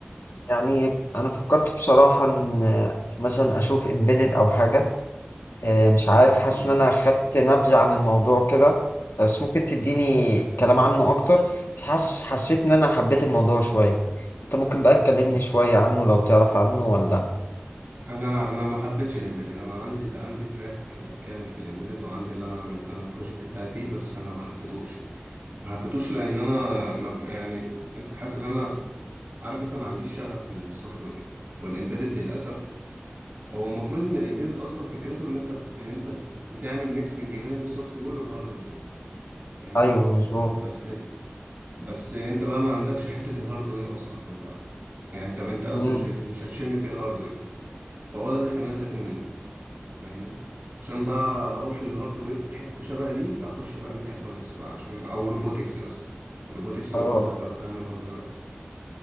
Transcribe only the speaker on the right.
امم
انا انا ما حبيتش الامبيدد انا عندي عندي تراك كامل في الامبيدد وعندي اللي انا اعمل فانا البروجكت بتاعي فيه بس انا ما حبيتهوش ما حبيتهوش لان انا ما ب- يعني كنت حاسس ان انا عارف انت ما عنديش شغف للسوفت وير والامبيدد للاسف هو المفروض ان الامبيدد اصلا فكرته ان انت ان انت بتعمل ميكسنج بين السوفت وير والهارد وير فاهمني
بس بس انت بقى ما عندكش حته الهارد وير اصلا في البلد يعني انت انت اصلا
مش مش هتشم فيه الهارد وير فهو ده اللي خلاني اتقفل منه فاهمني عشان بقى اروح للهارد وير في حته شبه دي اخش بقى ميكاترونكس بقى عشان او روبوتكس مثلا روبوتكس
برضه هبقى بتعامل هارد وير اكتر